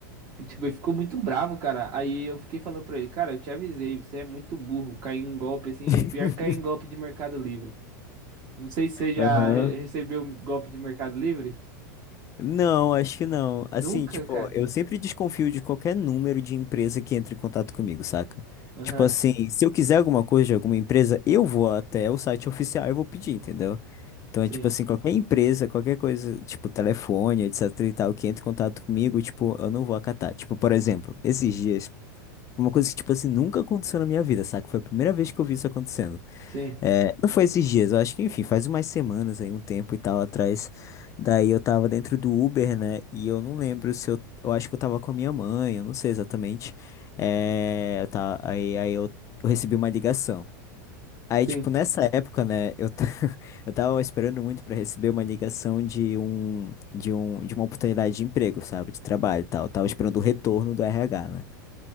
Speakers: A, on the right (about 40°); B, on the left (about 30°).
A: Que, Tipo, ele ficou muito bravo, cara. Aí eu fiquei falando pra ele, cara, eu te avisei, você é muito burro. Cair em golpe assim
B: <laughs>
A: é pior que cair em golpe de Mercado Livre. Não sei se você já
B: Aham.
A: re- recebeu um golpe de Mercado Livre.
B: Não, acho que não. Assim,
A: Nunca,
B: tipo,
A: cara.
B: eu sempre desconfio de qualquer número de empresa que entre em contato comigo, saca?
A: Aham.
B: Tipo assim, se eu quiser alguma coisa de alguma empresa, eu vou até o site oficial e vou pedir, entendeu? Então
A: Sim.
B: é tipo assim, qualquer empresa, qualquer coisa, tipo telefone, etc e tal, que entre em contato comigo, tipo, eu não vou acatar. Tipo, por exemplo, esses dias, uma coisa que, tipo assim, nunca aconteceu na minha vida, saca? Foi a primeira vez que eu vi isso acontecendo.
A: Sim.
B: É, não foi esses dias, eu acho que, enfim, faz umas semanas aí, um tempo e tal atrás. Daí eu tava dentro do Uber, né? E eu não lembro se eu. Eu acho que eu tava com a minha mãe, eu não sei exatamente. É, tá, aí aí eu, eu recebi uma ligação. Aí,
A: Sim.
B: tipo, nessa época, né, eu, ta- <laughs> eu tava esperando muito pra receber uma ligação de um, de um, de uma oportunidade de emprego, sabe? De trabalho e tal. Eu tava esperando o retorno do RH, né?